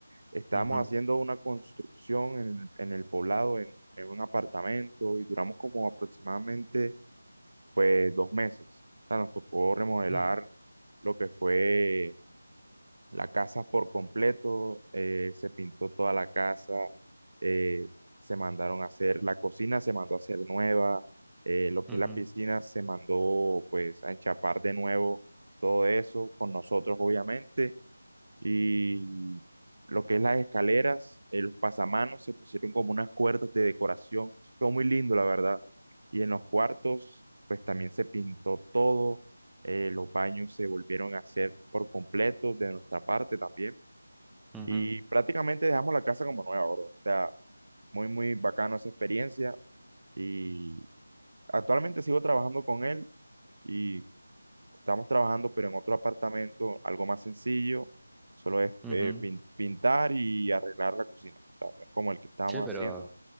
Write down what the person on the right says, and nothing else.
Estábamos
haciendo una construcción en, en el poblado, en, en un apartamento, y duramos como aproximadamente, pues, dos meses. O sea, nos tocó remodelar
lo que fue la casa por completo, eh, se pintó toda la casa, eh, se mandaron a hacer, la cocina se mandó a hacer nueva, eh, lo que
es la piscina se mandó pues a enchapar de nuevo, todo eso con nosotros obviamente, y lo que es las escaleras, eh, los pasamanos se pusieron como unas cuerdas de decoración. Fue muy lindo, la verdad. Y en los cuartos, pues también se pintó todo. eh, los baños se volvieron a hacer por completo de nuestra parte también.
Y prácticamente dejamos la casa como nueva, bro. O sea, muy, muy bacano esa experiencia. Y actualmente sigo trabajando con él. y Estamos trabajando, pero en otro apartamento, algo más sencillo, solo es
eh, pin- pintar y arreglar la cocina. O sea, no es como el que estábamos
haciendo.